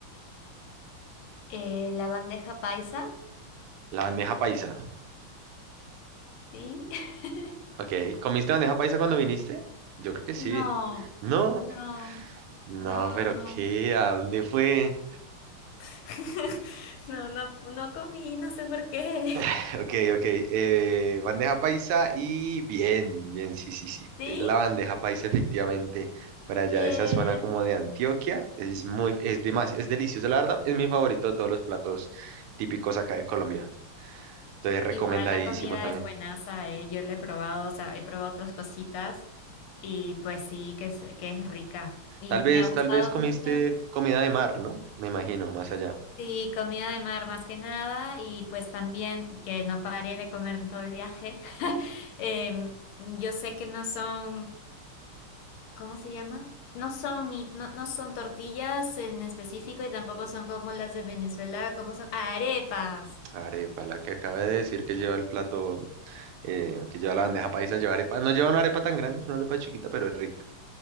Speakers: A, on the left; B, on the right.
A: Eh, la bandeja paisa,
B: La bandeja paisa.
A: sí. <laughs>
B: Ok, ¿comiste bandeja paisa cuando viniste? Yo creo que
A: No,
B: sí. No,
A: no,
B: No,
A: no,
B: pero
A: no.
B: ¿qué? ¿A dónde fue?
A: <laughs> No, no, no comí, no sé por qué.
B: <laughs> Ok, ok. eh, bandeja paisa y bien, bien, sí, sí, sí.
A: ¿Sí?
B: Es la bandeja paisa efectivamente. Para
A: Bien.
B: allá de esa zona como de Antioquia. Es muy, es demasiado, es delicioso, la verdad. Es mi favorito de todos los platos típicos acá de Colombia. Entonces, recomendadísimo
A: Igual la comida
B: también.
A: es buenaza, eh, Yo la he probado, o sea, he probado otras cositas y pues sí, que es, que es rica. Y
B: Tal
A: me
B: vez,
A: ha gustado
B: tal vez comiste
A: mucho.
B: comida de mar, ¿no? Me imagino, más allá.
A: Sí, comida de mar más que nada y pues también que no paré de comer en todo el viaje. <laughs> Em, yo sé que no son... ¿Cómo se llama? No son ni, no, no son tortillas en específico y tampoco son como las de Venezuela, como son arepas.
B: Arepa, la que acaba de decir que lleva el plato, eh, que lleva la bandeja paisa, lleva arepa. No lleva una arepa tan grande, es una arepa chiquita, pero es rica.